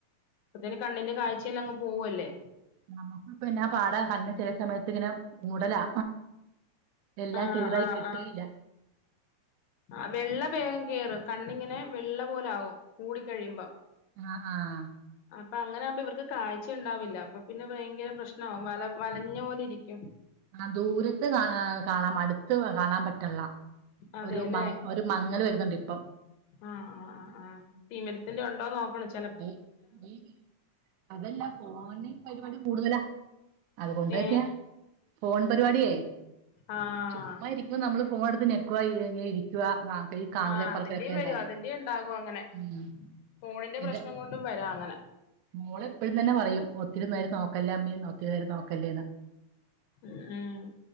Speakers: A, on the left (about 75°); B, on the right (about 80°).
A: അപ്പത്തേന് കണ്ണിന്റെ കാഴ്ച്ചയെല്ലാം അങ്ങ് പോവുവല്ലേ?
B: നമ്മക്കു ഇപ്പ എന്നാ പാടാ കണ്ണ് ചെലെ സമയത്ത് ഇങ്ങനെ മൂടലാ. എല്ലാം
A: ആഹ്
B: ക്ലിയറായി
A: ആഹ്
B: കിട്ടുകെയില്ലാ.
A: ആഹ് വെള്ള വേഗം കേറും കണ്ണിങ്ങനെ വെള്ളപോലെ ആകും. കൂടികഴിയുമ്പം.
B: ആഹ് ആഹ്
A: അപ്പൊ അങ്ങനെ ആകുമ്പോ ഇവർക്ക് കാഴ്ച ഇണ്ടാവില്ലാ അപ്പൊ പിന്നെ ഭയങ്കര പ്രശ്നാവും വല വലഞ്ഞ പോലെ ഇരിക്കും.
B: ആഹ് ദൂരെത്ത് കാ ഏഹ് കാണാം അടുത്ത് കാണാൻ പറ്റൺല്ലാ
A: അതെല്ലേ
B: ഒരുമ ഒരു മങ്ങല് വെരുന്നുണ്ട് ഇപ്പം.
A: ആഹ്, ആഹ്, ആഹ്, ആഹ് തിമിരത്തിന്റെ ഒണ്ടോന്ന് നോക്കണം ചെൽ
B: <unintelligible> അതല്ലാ ഫോണി പരിപാടി കൂടുതലാ. അത് കൊണ്ടേറ്റെയാ
A: ഏഹ്
B: ഫോൺ പരിപാടിയേ
A: ആഹ്
B: ചുമ്മാ ഇരി ഇപ്പൊ നമ്മള് ഫോണെട്ത്ത് ഞെക്കുവാ അങ്ങ് ഇരിക് ക്കുവാ <unintelligible>
A: ആഹ്
B: പറക്കല്
A: അതിന്റെയും
B: ഒക്കെ അല്ലേ?
A: വരും അതിന്റെയും ഉണ്ടാകും അങ്ങനെ
B: ഉം.
A: ഫോണിന്റെ
B: എന്റെ
A: പ്രശ്നംകൊണ്ടും വെരാ അങ്ങനെ.
B: മോള് എപ്പഴും തന്നെ പറയും ഒത്തിരി നേരം നോക്കല്ലേമ്മീ ഒത്തിരി നേരം നോക്കെല്ലേന്ന്.
A: ഉം